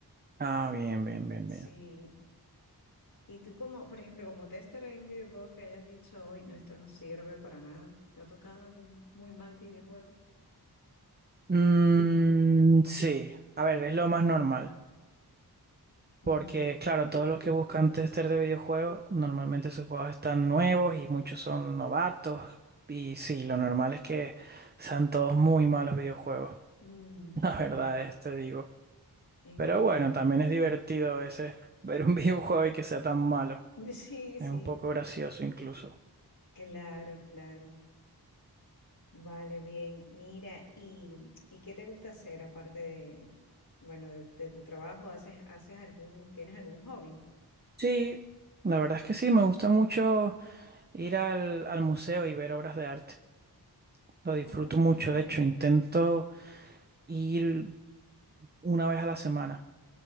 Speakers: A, on the right; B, on the left.
A: Ah, bien, bien, bien,
B: Sí.
A: bien.
B: ¿Y tú como, por ejemplo, como tester hay un videojuego que hayas dicho, hoy no, esto no sirve para nada? ¿Te ha tocado algún muy mal videojuego?
A: Mm, sí, a ver, es lo más normal.
B: Mm,
A: Porque, claro, todos los que buscan tester de videojuegos, normalmente sus juegos están nuevos y muchos son novatos. Y sí, lo normal es que sean todos muy malos videojuegos.
B: mm,
A: <laughs> La
B: ya,
A: verdad es, te digo.
B: entiendo.
A: Pero bueno, también es divertido a veces ver un <laughs> videojuego y que sea tan malo.
B: <laughs> Sí, sí,
A: Es un poco gracioso incluso.
B: claro, claro. Vale, bien. Mira, ¿y, y qué te gusta hacer aparte de, bueno, de, de tu trabajo? ¿Haces, haces algún, tienes algún hobby?
A: Sí, La verdad es que sí, me gusta mucho ir al, al museo y ver obras de arte. Lo disfruto
B: Oh, mira,
A: mucho, de hecho, intento ir una vez a la semana.